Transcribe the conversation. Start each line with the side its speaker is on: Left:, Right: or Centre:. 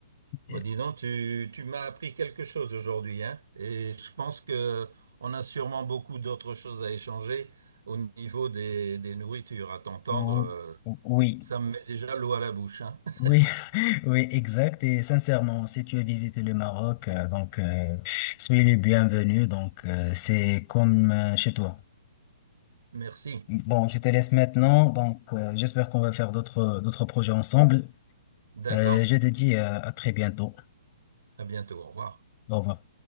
Right: Bon,
Left: Euh,
Right: dis donc, tu, tu m'as appris quelque chose aujourd'hui, hein? Et je pense que on a sûrement beaucoup d'autres choses à échanger au niveau des, des nourritures. À t'entendre,
Left: ou-
Right: euh,
Left: Oui,
Right: ça me met déjà l'eau à la bouche, hein?
Left: oui,
Right: <laughs>
Left: <laughs> oui, exact. Et sincèrement, si tu as visité le Maroc, euh, donc euh, soyez le bienvenu. Donc euh, c'est comme euh, chez toi.
Right: Merci.
Left: Bon, je te laisse maintenant. Donc, euh, j'espère qu'on va faire d'autres d'autres projets ensemble.
Right: D'accord.
Left: Euh, je te dis euh, à très bientôt.
Right: À bientôt. Au revoir.
Left: Au revoir.